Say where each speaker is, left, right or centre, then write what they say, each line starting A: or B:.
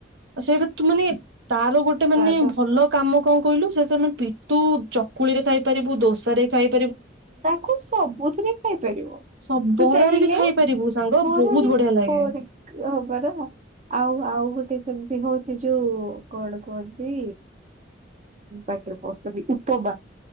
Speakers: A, on the right; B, on the right.
A: ସେଇଟା ତୁ ମାନେ ତାର ଗୋଟେ
B: ସ୍ଵାଦ
A: ମାନେ ଭଲ କାମ କଣ କହିଲୁ ସେ ଆମେ ପିଟୁ ଚକୁଳି ରେ ଖାଇପାରିବୁ ଦୋସାରେ ଖାଇ
B: ତାକୁ ସବୁଥିରେ ଖାଇପାରିବ
A: ସବ
B: ତୁ
A: ବରାରେ
B: ଚାହିଁଲେ
A: ବି ଖାଇପାରିବୁ ସାଙ୍ଗ
B: ମରରେ
A: ବହୁତ ବଢିଆ ଲାଗେ
B: ହବରା ଆଉ ଆଉ ଗୋଟେ ସେମିତି ସେ ହଉଛି ଯୋଉ କଣ କୁହନ୍ତି ପାଟିର ପସୁମୀ ଉପମା।